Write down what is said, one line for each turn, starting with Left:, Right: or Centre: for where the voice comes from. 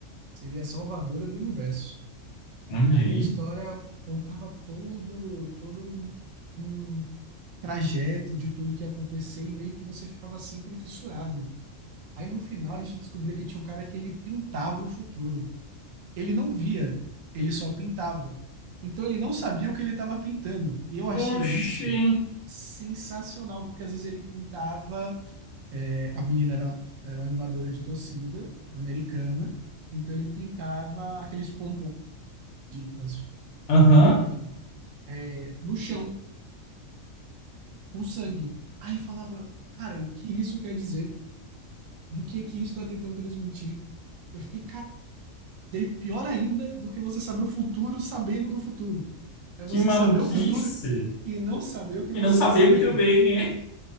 Right: seria a salvadora do universo.
Left: Olha
Right: Aí
Left: aí.
Right: a história contava todo, todo um, um trajeto de tudo que ia acontecer e meio que você ficava sempre fissurado. Aí no final a gente descobria que tinha um cara que ele pintava o futuro. Ele não via, ele só pintava. Então ele não sabia o que ele estava pintando. E eu achei
Left: Oxi.
Right: isso sensacional, porque às vezes ele pintava. é, a menina era, era uma animadora de torcida americana, então ele pintava aqueles pompons de- que, elas, que
Left: Aham.
Right: tem filme que é, no chão, com sangue. Aí eu falava, cara, o que isso quer dizer? Do que que isso está tentando transmitir? Eu fiquei, Daí pior ainda do que você saber o futuro sabendo do futuro. É você
Left: Que maluquice.
Right: saber o futuro e não saber o que
Left: E
Right: você
Left: não saber
Right: está sabendo.
Left: muito bem, é?